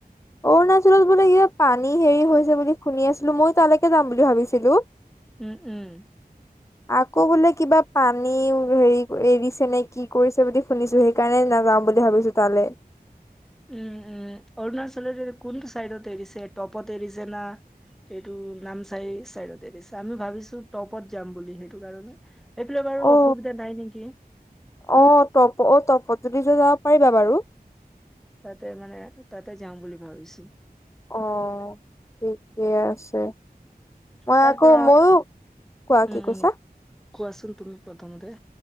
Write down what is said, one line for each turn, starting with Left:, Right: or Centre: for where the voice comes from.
Left: অৰুণাচলত বোলে পানী হেৰি হৈছে বুলি শুনি আছিলোঁ, মইয়ো তালৈকে যাম বুলি ভাবিছিলোঁ।
Centre: উম', উম'।
Left: আকৌ বোলে কিবা পানী হেৰি এৰিছে নে কি কৰিছে বুলি শুনিছোঁ সেইকাৰণে নাযাওঁ বুলি ভাবিছো তালে।
Centre: উম উম অৰুণাচলৰ এ কোনটো চাইডত এৰিছে টপত এৰিছে না এইটো নাম চাই চাইডতে দিছে আমি ভাবিছো টপত যাম বুলি সেইটো কাৰণে। সেইফালে বাৰু
Left: অ
Centre: অসুবিধা নাই নেকি
Left: অ তপত তপত যদি যাব পাৰিবা বাৰু
Centre: তাতে মানে, তাতে যাম বুলি ভাবিছোঁ।
Left: অ', ঠিকে আছে। মই
Centre: তাৰ
Left: আকৌ
Centre: পৰা
Left: মইও, কোৱা
Centre: উম
Left: কি কৈছা?
Centre: উম কোৱাচোন তুমি প্ৰথমতে।